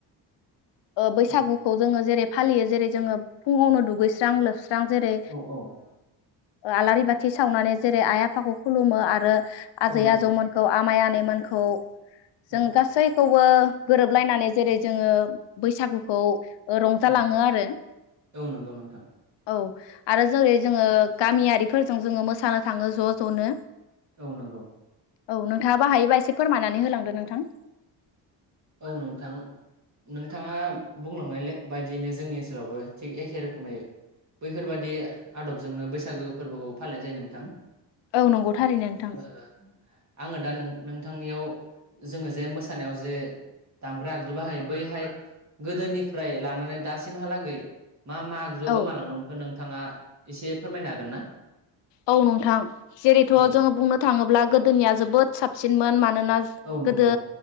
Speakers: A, on the left; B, on the right.
A: बैसागुखौ
B: औ
A: जोङो जेरै फालियो जेरै जोङो फुंङावनो दुगैस्रां लोबस्रां जेरै
B: औ औ
A: आलारि बाथि सावनानै जेरै आइ आफाखौ खुलुमो आरो आजै
B: औ नंगौ
A: आजौमोनखौ आमाइ आनैमोनखौ
B: औ
A: जों गासै गोरोबलायनानै जेरै जोङो बैसागुखौ खुङो। रंजालाङो
B: औ
A: आरो
B: औ नंगौ नोंथां
A: औ। आरो जेरै जोङो गामियारिफोरजों जोङो मोसानो थाङो ज'- ज'नो।
B: औ नंगौ।
A: औ नोंथाङाबो हायोबा एसे फोरमायनानै होलांदो नोंथां
B: औ नोंथां नोंथाङा बुंलांनाय ले बायदियैनो जोंनि ओनसोलावबो थिग एखे रोखोमै बैफोरबायदि आदबजोंनो बैसागो फोरबोखौ फालिनाय जायो नोंथां
A: औ नंगौ थारैनो नोंथां
B: ओ आङो दा नोंथांनियाव जोङो जे मोसानायाव जे दामग्रा आगजु बाहायो बैहाय गोदोनिफ्राय लानानै दासिमहालागै मा मा आगजु
A: औ
B: गोमालांनो हमखो नोंथाङा एसे फोरमायनो हागोन ना
A: औ नोंथां जेरैथ'
B: औ
A: जोङो बुंनो थाङोब्ला गोदोनिया जोबोद साबसिनमोन मानोना
B: औ नंगौ
A: गोदो